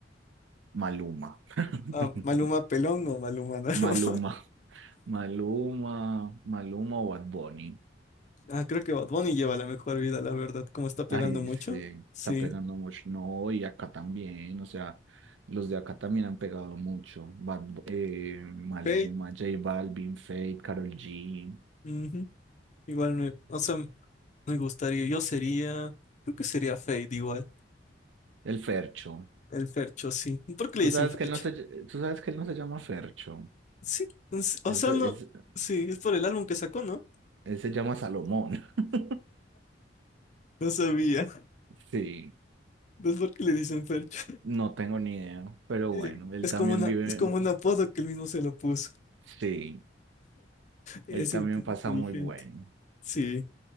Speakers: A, on the right; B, on the left.
A: Maluma. <laughs>
B: Ah, ¿Maluma Pelón o Maluma no? <laughs>
A: Maluma, Maluma, Maluma o Bad Bunny.
B: Ah, creo que Bad Bunny lleva la mejor vida, la verdad. Como está pegando
A: Ay,
B: mucho.
A: sí,
B: Sí.
A: está pegando mucho. No, y acá también, o sea, los de acá también han pegado mucho. Bad- eh, Maluma,
B: Fate.
A: J Balvin, Fate, Karol G,
B: ujú. Igual me. O sea, me gustaría. Yo sería. Creo que sería Fate igual.
A: el Fercho.
B: El Fercho, sí. ¿Por qué
A: Tú
B: le dicen
A: sabes
B: Fercho?
A: que él no se, ll- tú sabes que él no se llama Fercho.
B: Sí. es- O
A: Él
B: sea,
A: se, él
B: no.
A: se-
B: Sí, es por el álbum que sacó, ¿no?
A: él se llama Salomón. <laughs>
B: No sabía.
A: Sí,
B: <laughs> ¿Es por qué le dicen Fercho?
A: no tengo ni idea, pero
B: Eh,
A: bueno, él
B: Es
A: también
B: como una,
A: vive,
B: es como un apodo que él mismo se lo puso.
A: sí,
B: Es
A: él también
B: inte- inteligente.
A: pasa muy bueno.
B: Sí,